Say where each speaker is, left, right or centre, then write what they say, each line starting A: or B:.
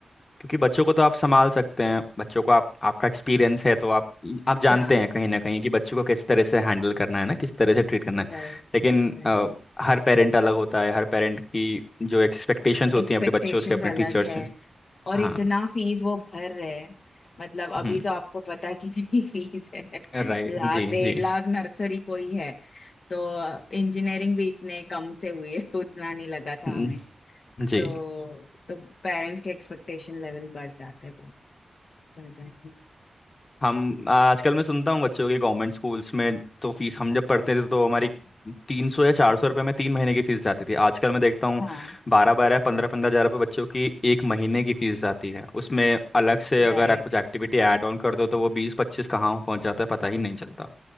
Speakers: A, on the left; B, on the left.
A: क्योंकि बच्चों को तो आप संभाल सकते हैं बच्चों को आप आपका एक्सपीरियंस है तो आप आप जानते
B: हाँ
A: हैं कहीं ना कहीं कि बच्चों को किस तरह से हैंडल करना है ना किस तरह से ट्रीट करना है
B: राइट
A: लेकिन
B: राइट
A: अ, हर पेरेंट अलग होता है हर पेरेंट की जो एक्सपेक्टेशंस होती
B: एक्सपेक्टेशंस
A: हैं अपने बच्चों से अपने
B: अलग
A: टीचर्स
B: है और
A: हाँ
B: इतना फीस वो भर रहे हैं मतलब अभी
A: हम्म
B: तो आपको पता कितनी <laughs> फीस है
A: राइट
B: लाख
A: जी
B: डेढ़
A: जी
B: लाख नर्सरी कोई है तो इंजीनियरिंग भी इतने कम से हुई है तो उतना नहीं लगा था
A: हम्म,
B: हमें
A: जी
B: तो तो पेरेंट्स के एक्सपेक्टेशन लेवल बढ़ जाते हैं फिर, इससे हो जाता है।
A: हम आजकल मैं सुनता हूँ बच्चों के गवर्नमेंट स्कूल्स में तो फीस हम जब पढ़ते थे तो हमारी तीन सौ या चार सौ रुपये में तीन महीने की फीस जाती थी आजकल मैं देखता हूँ
B: हाँ
A: बारह बारह पंद्रह पंद्रह हज़ार रुपये बच्चों की एक महीने की फीस जाती है उसमें अलग से अगर
B: राइट
A: आप कुछ एक्टिविटी ऐड ऑन कर दो तो वो बीस पच्चीस कहाँ पहुँच जाता है पता ही नहीं चलता